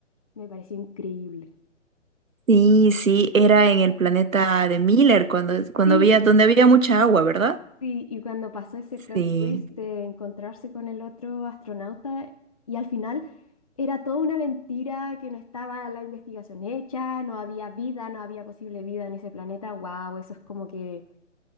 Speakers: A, on the left; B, on the right.
A: Me pareció increíble.
B: Sí, sí, era en el planeta de Miller, cuando, cuando
A: Sí.
B: había, donde había mucha agua, ¿verdad?
A: Sí, y cuando pasó ese plot
B: Sí,
A: twist de encontrarse con el otro astronauta y al final era toda una mentira, que no estaba la investigación hecha, no había vida, no había posible vida en ese planeta, wow, eso es como que